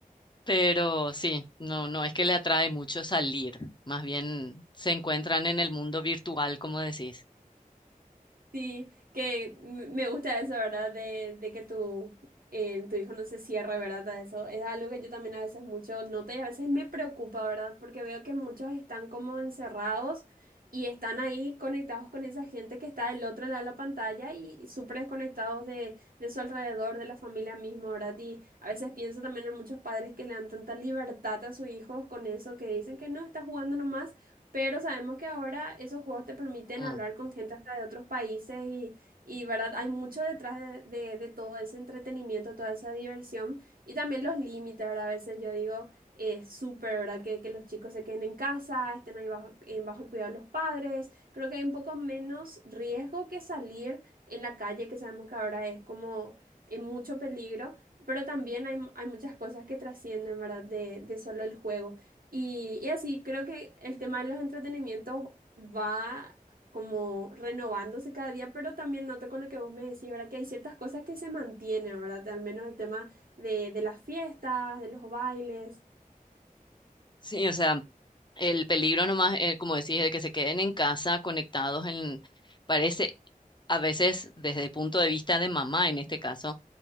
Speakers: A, on the left; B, on the right.
A: pero sí, no, no es que le atrae mucho salir, más bien se encuentran en el mundo virtual, como decís.
B: Sí, que m- me gusta eso, ¿verdad? De, de que tu, eh, tu hijo no se cierre, ¿verdad? A eso es algo que yo también a veces mucho noto y a veces me preocupa, ¿verdad? Porque veo que muchos están como encerrados y están ahí conectados con esa gente que está del otro lado de la pantalla y, y súper desconectados de, de su alrededor, de la familia misma, ¿verdad? Y a veces pienso también en muchos padres que le dan tanta libertad a sus hijos con eso, que dicen que no, está jugando nomás pero sabemos que ahora esos juegos te permiten
A: Mm.
B: hablar con gente hasta de otros países y, y ¿verdad? Hay mucho detrás de, de- de todo ese entretenimiento, toda esa diversión y también los límites, ¿verdad? A veces yo digo, es súper, ¿verdad? Que, que los chicos se queden en casa, estén ahí bajo, en bajo el cuidado de los padres. Creo que hay un poco menos riesgo que salir en la calle, que sabemos que ahora es como en mucho peligro, pero también hay, hay muchas cosas que trascienden, ¿verdad? De, de solo el juego. Y, y así creo que el tema de los entretenimientos va como renovándose cada día, pero también noto con lo que vos me decís, ¿verdad? Que hay ciertas cosas que se mantienen, ¿verdad? Al menos el tema de, de las fiestas, de los bailes.
A: Sí, o sea, el peligro nomás, eh, como decís, de que se queden en casa conectados en, parece a veces desde el punto de vista de mamá en este caso